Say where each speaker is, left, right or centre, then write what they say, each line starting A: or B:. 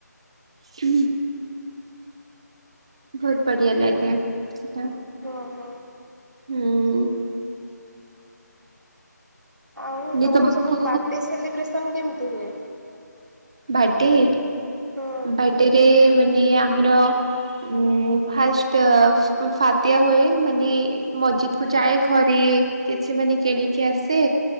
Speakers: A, on the right (about 20°); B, on the right (about 80°).
A: ହୁଁ। ବହୁତ ବଢିଆ ଲାଗେ, ସେଟା।
B: ହଁ-ହଁ।
A: ହୁଁ-ଉଁ-ଉଁ
B: ଆଉ
A: ଯେ
B: ତମର
A: ତମକୁ
B: ସବୁ ବାର୍ଥଡେ ସେଲିବ୍ରେସନ୍ କେମିତି ହୁଏ?
A: ବାର୍ଥଡେ,
B: ହୁଁ
A: ବାର୍ଥଡେରେ ମାନେ ଆମର ଉଁ-ଉଁ ଫାଷ୍ଟ ଫାତିଆ ହୁଏ ମାନେ ମଜିଦକୁ ଯାଏ ଘରେ <inaudible> କିଛି ମାନେ କିଣିକି ଆସେ।